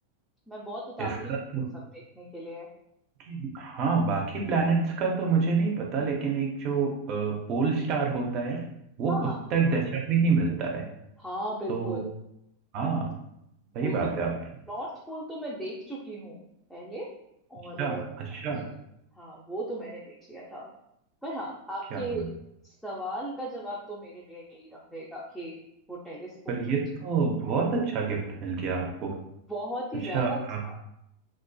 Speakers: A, in the centre; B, on the right.
A: मैं बहुत उतावली
B: इसका
A: हूँ
B: तो
A: वो सब देखने के लिए
B: कि- हाँ बाकी प्लैनेट्स का तो मुझे नहीं पता लेकिन एक जो पोल स्टार होता है वो
A: हाँ हाँ
B: उत्तर दिशा में ही मिलता है
A: हाँ बिल्कुल
B: तो हाँ सही
A: वो
B: बात
A: तो
B: है आपकी
A: नॉर्थ पोल तो मैं देख चुकी हूँ पहले और
B: अच्छा
A: अ,
B: अच्छा
A: मैंने हाँ वो तो मैंने देख लिया था पर हाँ आपके
B: क्या बात
A: सवाल का जवाब तो मेरे लिए यही रहेगा कि वो टेलीस्कोप
B: पर ये
A: जो
B: तो बहुत अच्छा गिफ्ट मिल गया आपको
A: बहुत ही
B: अच्छा
A: ज्यादा अच्छा
B: आ,